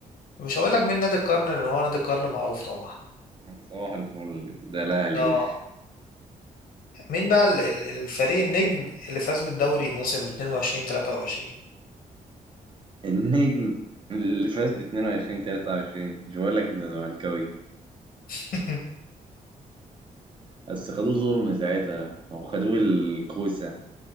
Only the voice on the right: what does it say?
صباح الفل ده الأهلي
وش
النجم اللي فاز ب 22 23 مش بقول لك أنت زملكاوي
بس خدوه ظلم ساعتها او خدوه الكوسه